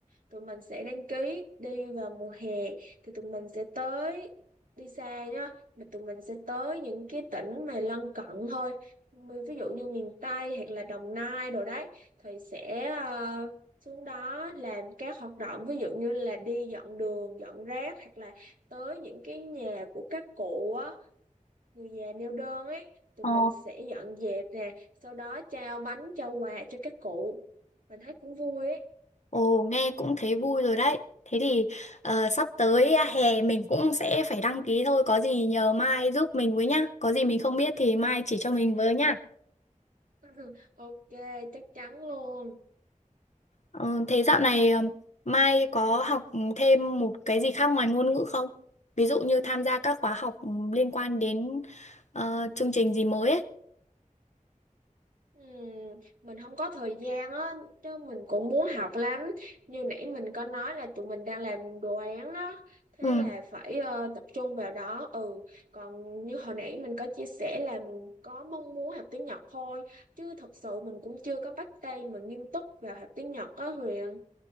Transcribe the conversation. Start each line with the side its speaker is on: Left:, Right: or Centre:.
Right: tụi mình sẽ đăng ký đi vào mùa hè thì tụi mình sẽ tới đi xa nhá mà tụi mình sẽ tới những cái tỉnh mà lân cận thôi Mì- ví dụ như miền Tây hoặc là Đồng Nai đồ đấy thì sẽ ờ, xuống đó làm các hoạt động ví dụ như là đi dọn đường dọn rác hoặc là tới những cái nhà của các cụ á người già neo đơn ấy tụi
Left: Ờ.
Right: mình sẽ dọn dẹp nè sau đó trao bánh trao quà cho các cụ mình thấy cũng vui ấy
Left: Ồ, nghe cũng thấy vui rồi đấy. Thế thì ờ, sắp tới hè mình cũng sẽ phải đăng ký thôi. Có gì nhờ Mai giúp mình với nhá. Có gì mình không biết thì Mai chỉ cho mình với nhá.
Right: <laughs> ok chắc chắn luôn
Left: Ờ, thế dạo này ờ, Mai có học thêm một cái gì khác ngoài ngôn ngữ không? Ví dụ như tham gia các khóa học liên quan đến ờ, chương trình gì mới ấy.
Right: Ừm, mình không có thời gian á chứ mình cũng muốn học lắm như nãy mình có nói là tụi mình đang làm đồ án đó thế
Left: Ừ.
Right: là phải ờ, tập trung vào đó ừ còn như hồi nãy mình có chia sẻ là mình có mong muốn học tiếng Nhật thôi chứ thật sự mình cũng chưa có bắt tay mà nghiêm túc vào học tiếng Nhật á Huyền